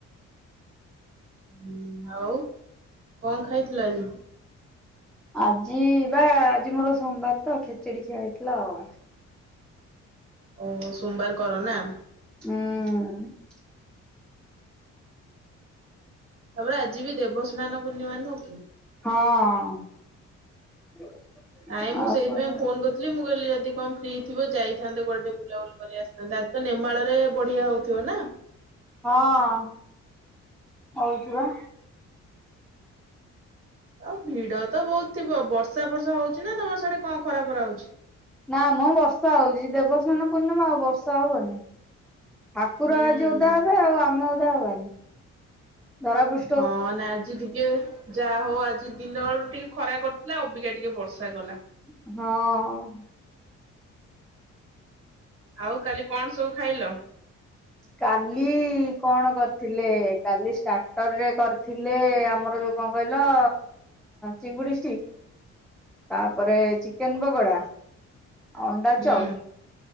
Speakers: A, on the right; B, in the centre.
A: ହୁଁ ଆଉ କଣ ଖାଇଥିଲ ଆଜି?
B: ଆଜି ବା ଆଜି ମୋର ସୋମବାରତ ଖେଚେଡି ଖିଆ ହେଇଥିଲା ଆଉ।
A: ଓହୋ ସୋମବାର କର ନା।
B: ଉଁ।
A: ତାପରେ ଆଜିବି ଦେବସ୍ନାନ ପୂର୍ଣ୍ଣିମା ନୁହଁ କି?
B: ହଁ।
A: ନାଇଁ ମୁଁ
B: ଆଉ
A: ସେଇଥିପାଇଁ
B: କଣ
A: ଫୋନ୍ କର୍ ଥିଲି ମୁଁ କହିଲି ଯଦି କଣ ଫ୍ରି ଥିବ ଯାଇଥାନ୍ତେ ଗୋଟେ ବୁଲାବୁଲି କରି ଆସିଥାନ୍ତେ ଆଜିତ ନିଃମାଳରେ ବଢ଼ିଆ ହଉଥିବ ନା।
B: ହଁ ହଉଚିବା।
A: ଆଉ ଭିଡ଼ତ ବହୁତ୍ ଥିବ ବର୍ଷାଫର୍ଷା ହଉଚିନା ତମର ସାଡ଼େ କଣ ଖରାଫରା ହଉଚି?
B: ନା ମ ବର୍ଷା ହଉଚି ଦେବସ୍ନାନ ପୂର୍ଣ୍ଣିମା ଆଉ ବର୍ଷା ହବନି। ଠାକୁର
A: ହୁଁ
B: ଆଜି ଓଦା ହେବେ ଆଉ ଆମେ ଓଦା ହବାନି ଧରା ପୃଷ୍
A: ହଁ ନା ଆଜି ଇଏ ଯାହା ହଉ ଆଜି ଦିନ ବେଳୁ ଟିକେ ଖରା କରିଥିଲା ଅବିକା ଟିକେ ବର୍ଷା କଲା।
B: ହଁ।
A: ଆଉ କାଲି କଣ ସବୁ ଖାଇଲ?
B: କାଲି କଣ କରିଥିଲେ କାଲି ଷ୍ଟାର୍ଟରରେ କରିଥିଲେ ଆମର ଯୋଉ କଣ କହିଲ ଚିଙ୍ଗୁଡି ଷ୍ଟି
A: <inaudible>
B: ତାପରେ ଚିକେନ୍ ପୋକଡ଼ା ଅଣ୍ଡା
A: ହୁଁ
B: ଚପ୍